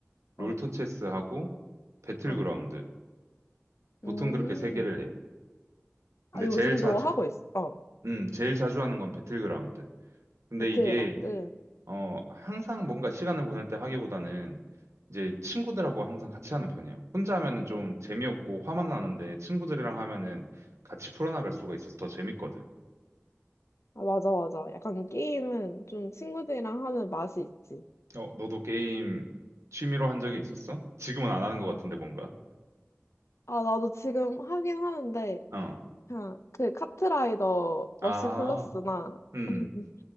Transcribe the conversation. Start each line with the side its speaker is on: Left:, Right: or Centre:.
Right: 롤토체스하고
Left: 어.
Right: 배틀그라운드.
Left: 어.
Right: 보통
Left: 음.
Right: 그렇게 세 개를 해. 근데
Left: 아, 요즘도
Right: 제일 자주,
Left: 하고 있어. 어.
Right: 음, 제일 자주 하는 건 배틀그라운드. 근데
Left: 배틀그라운드.
Right: 이게 어, 항상 뭔가 시간을 보낼 때 하기보다는 이제 친구들하고 항상 같이 하는 편이에요. 혼자 하면은 좀 재미없고 화만 나는데 친구들이랑 하면은 같이 풀어나갈 수가 있어서 더 재밌거든.
Left: 아, 맞아, 맞아. 약간 게임은 좀 친구들이랑 하는 맛이 있지.
Right: 어, 너도 게임 취미로 한 적이 있었어? 지금은 안 하는 것 같은데 뭔가.
Left: 아, 나도 지금 하긴 하는데,
Right: 어.
Left: 그냥 그 카트라이더 러쉬
Right: 아,
Left: 플러스나,
Right: 음.
Left: <laughs>